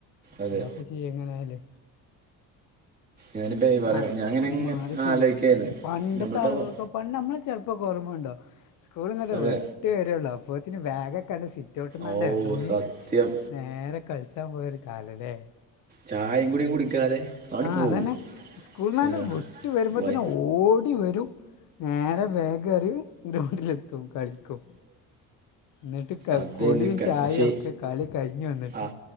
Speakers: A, on the right; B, on the left.
A: അതെ
B: എന്താപ്പ ചി എങ്ങനെയാല്.
A: ഞാനിപ്പോ ഈ പറയാ
B: ആളുകളൊക്കൊന്ന്
A: ഞാൻ അങ്ങനെ
B: മാറി ചിന്തി
A: ആലോചിക്കായിരുന്നു
B: പണ്ടത്തെ
A: നമ്മളിപ്പോ
B: ആളുകൾക്കം. പണ്ട് മ്മൾ ചെർപ്പക്കോർമണ്ടോ? സ്കൂള്ങ്ങട്ട്
A: അതെ
B: വ്ട്ട് വരുയുള്ളൂ അപ്പോത്തിന് ബാഗൊക്കെണ്ട് സി റ്റോട്ട്ന്നാണ്ട്
A: ഓ
B: എർഞ്ഞ്
A: സത്യം
B: നേരെ കളിച്ചാൻ പോയൊരു കാലല്ലേ?
A: ചായിം കൂടി കുടിക്കാതെ. അവന്
B: ആഹ്
A: പോകും
B: അതന്നെ സ്കൂൾന്നാണ്ട്
A: ഏഹ്
B: വ്ട്ട് വരുമ്പത്തിന്
A: വൈ
B: ഓ ഓടി വരും നേരെ ബേഗെറിം ഗ്രൗണ്ടിലെത്തും കളിക്കും. എന്നിട്ട് ക
A: അതന്ന്ക്ക
B: കുളിയും ചായയും
A: പക്ഷേ
B: ഒക്കെ കളി കഴിഞ്ഞ് വന്നിട്ട്
A: ആ.